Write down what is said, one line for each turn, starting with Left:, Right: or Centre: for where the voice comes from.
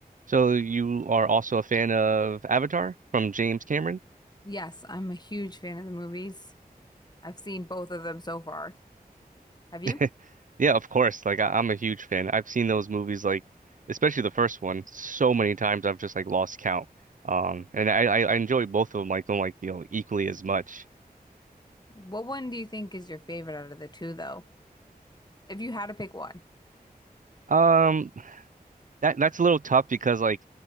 Right: So you are also a fan of Avatar from James Cameron?
Left: Yes, I'm a huge fan of the movies. I've seen both of them so far. Have you?
Right: <laughs> Yeah, of course. Like I, I'm a huge fan. I've seen those movies like especially the first one so many times I've just like lost count. Um and I I I enjoy both of them like on like you know equally as much.
Left: What one do you think is your favorite out of the two, though? If you had to pick one.
Right: Um that that's a little tough because like